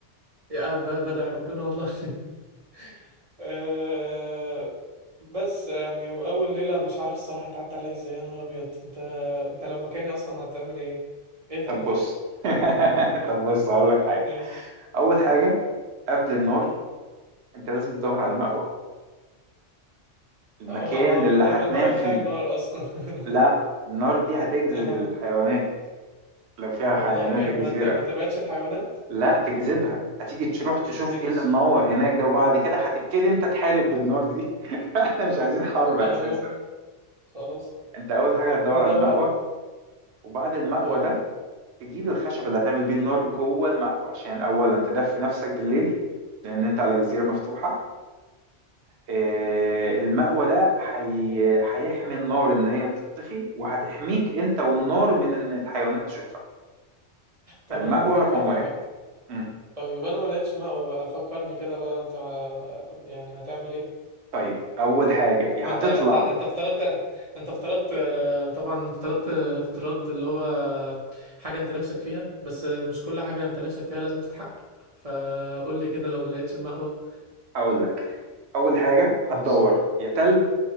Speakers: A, on the right (about 40°); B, on the right (about 65°).
A: يا بدع ربنا والله <laughs> أه بس يعني واول ليله مش عارف الصراحه هتعدي عليا ازاي يا نهار ابيض انت انت لو مكاني اصلا هتعمل ايه ايه ده
B: طب بص <laughs> طب بص هقول لك حاجه
A: ايش
B: اول حاجه قبل النار انت لازم تدور على مأوى المكان
A: أه، ما ما انا
B: اللي
A: هيبقى
B: هتنام
A: المأوى
B: فيه
A: بتاعي النار اصلا <laughs>
B: لا النار دي هتجذب
A: اه
B: الحيوانات لو فيها
A: والله
B: حيوانات
A: يعني
B: الجزيره
A: ما ت- ما تبعدش الحيوانات
B: لا تجذبها هتيجي تروح تشوف
A: ماشي
B: ايه اللي منور هناك ده وبعد كده هتبتدي انت تحارب بالنار دي <laughs> احنا مش عايزين حرب اساسا
A: اه ممكن خلاص
B: انت اول حاجه هتدور
A: ندور
B: على المأوى وبعد المأوى
A: طيب
B: ده تجيب الخشب اللي هتعمل بيه النار جوه المأوى عشان أولا تدفي نفسك بالليل لأن أنت على جزيرة مفتوحة آه، المأوى ده حي... هيحمي النار إن هي تطفي وهتحميك أنت والنار من إن الحيوانات تشوفك
A: طب
B: فالمأوى
A: انا عندي ليك
B: رقم
A: فكره
B: واحد
A: بقى
B: مم.
A: طيب انا ما لقيتش مأوى بقى فكرني كده بقى انت آه، يعني هتعمل ايه
B: طيب أول حاجة يا
A: ما انت
B: هتطلع
A: انت انت افترضت انت افترضت آه، طبعا افترضت آه، افتراض اللي هو حاجة انت نفسك فيها بس مش كل حاجة انت نفسك فيها لازم تتحقق فقول لي كده لو ما لقيتش المأوى
B: أقول لك أول حاجة هتدور
A: ماشي
B: يا تل